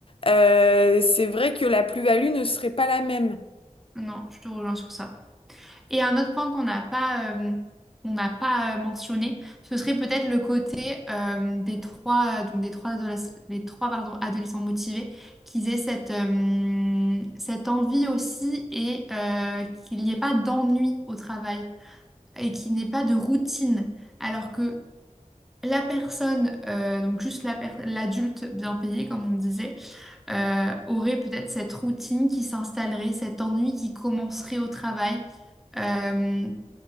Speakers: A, on the left (about 45°); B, in the centre.
A: Euh, c'est vrai que la plus-value ne serait pas la même.
B: Non, je te rejoins sur ça. Et un autre point qu'on n'a pas, euh, qu'on n'a pas euh, mentionné, ce serait peut-être le côté euh, des trois, euh, donc des trois, adoles- des trois pardon, adolescents motivés, qu'ils aient cette, euh, cette envie aussi et euh, qu'il n'y ait pas d'ennui au travail et qu'il n'y ait pas de routine. Alors que la personne, euh, donc juste la per- l'adulte bien payé, comme on disait, euh, aurait peut-être cette routine qui s'installerait, cet ennui qui commencerait au travail. Euh,